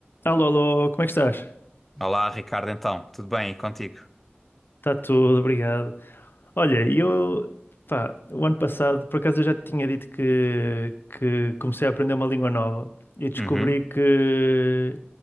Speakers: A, on the left (about 60°); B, in the centre.
A: Alô, alô, como é que estás?
B: Olá, Ricardo, então, tudo bem? E contigo?
A: Está tudo, obrigado. Olha, eu, pá, o ano passado, por acaso eu já te tinha dito que, que comecei a aprender uma língua nova e descobri
B: Uhum,
A: que,